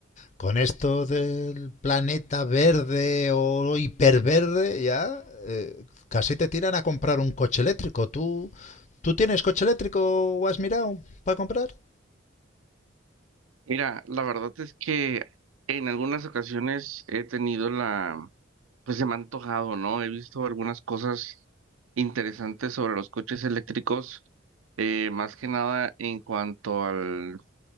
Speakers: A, on the left; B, on the right.
A: con esto del planeta verde o hiperverde ya eh, casi te tiran a comprar un coche eléctrico. ¿Tú, tú tienes coche eléctrico o has mirado para comprar?
B: Mira, la verdad es que en algunas ocasiones he tenido la, pues se me ha antojado, ¿no? He visto algunas cosas interesantes sobre los coches eléctricos, eh, más que nada en cuanto al...